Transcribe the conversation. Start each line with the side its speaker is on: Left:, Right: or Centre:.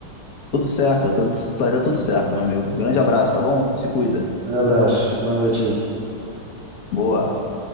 Left: Tudo certo, vai tudo- vai dar tudo certo, meu amigo. Grande abraço, tá bom? Se cuida.
Right: Um abraço, boa noite aí.
Left: Boa.